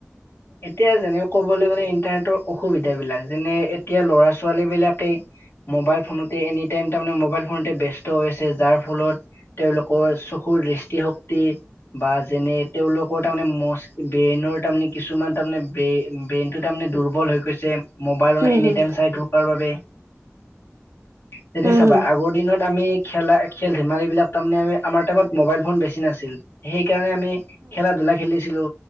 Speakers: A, on the left; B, on the right.
A: এতিয়া যেনেক ক'বলৈ গ'লে ইন্টাৰনেটৰ অসুবিধাবিলাক যেনে এতিয়া ল'ৰা ছোৱালী বিলাকেই মোবাইল ফোনতে এনি টাইম তাৰমানে মোবাইল ফোনতে ব্যস্ত হৈ আছে যাৰ ফলত তেওঁলোকৰ চকুৰ দৃষ্টি হওক শক্তি বা যেনে তেওঁলোকৰ তাৰমানে ব্ৰেনৰ তাৰমানে কিছুমান তাৰমানে ব্ৰেইন ব্ৰেইনটো তাৰমানে দুৰ্বল হৈ গৈছে মোবাইলত
B: উম
A: এনি
B: হুম
A: টাইম চাই থকাৰ বাবে তেতিয়া
B: উম উম
A: চাবা
B: হুম
A: আগৰ দিনত আমি খেলা খেল ধেমালি বিলাক তাৰমানে আমি আমাৰ টাইমত মোবাইল ফোন বেছি নাছিল সেই কাৰণে আমি খেলা ধূলা খেলিছিলো